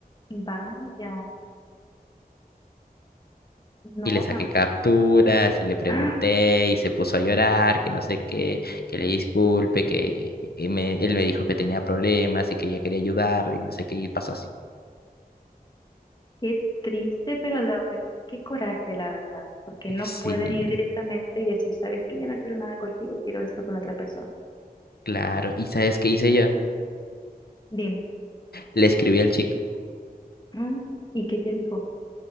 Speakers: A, on the left (about 25°); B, on the left (about 80°).
A: Vaya, no,
B: Y le saqué
A: no.
B: capturas y le pregunté
A: Ah,
B: y se puso a llorar, que no sé qué, que le disculpe, que eh, me- él me dijo que tenía problemas y que ella quería ayudarlo y no sé qué, y pasó así.
A: qué triste, pero a la vez, qué coraje, la verdad, porque no
B: Sí,
A: pueden ir directamente y decir, sabes que ya no quiero nada contigo, quiero esto con otra persona.
B: claro. ¿Y sabes qué hice yo?
A: Dime,
B: Le escribí al chico.
A: Mm, ¿y qué te dijo?